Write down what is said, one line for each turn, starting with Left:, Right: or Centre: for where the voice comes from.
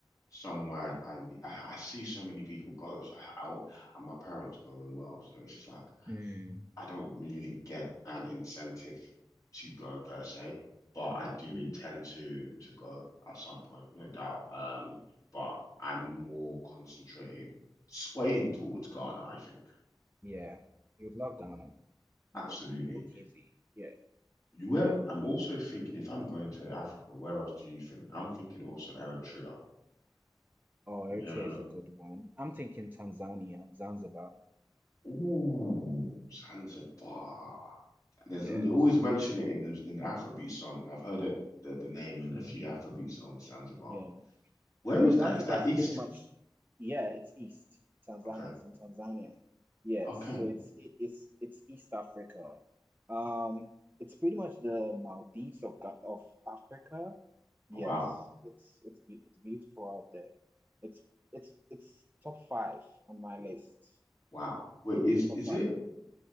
Left: somewhere I ne- I, I see so many people go, so I, I, and my parents go as well. So it's just like
Right: Mm,
Left: I don't really get an incentive to go per se, but I do
Right: mm,
Left: intend to to go at some point, no doubt. Um, but I'm more concentrating, swaying towards Ghana, I think.
Right: yeah. You'd love Ghana.
Left: Absolutely.
Right: No, no KZ. Yeah,
Left: You where
Right: yeah.
Left: I'm also thinking if I'm going to Africa, where else do you think? I'm thinking also Eritrea.
Right: Oh, Eritrea
Left: I'm hearing a
Right: is
Left: lot
Right: a good one. I'm thinking Tanzania, Zanzibar.
Left: Ooh, Zanzibar. There's
Right: Yes.
Left: they always mention it in the in the Afrobeat songs. I've heard it the, the name in a
Right: hmm
Left: few Afrobeat songs, Zanzibar.
Right: Yeah.
Left: Where
Right: You know,
Left: is
Right: Zanzibar
Left: that? Is that
Right: is
Left: east?
Right: pretty much, yeah, it's East. Tanzania
Left: Okay.
Right: is Tanzania. Yes,
Left: Okay.
Right: so it's it, it's it's East Africa. Um, it's pretty much the Maldives of Ga- of Africa. Yes,
Left: Oh, wow.
Right: it's it's be- it's beautiful out there. It's it's it's top five on my list.
Left: Wow. Wait, is
Right: Top
Left: is
Right: five.
Left: it?
Right: on the-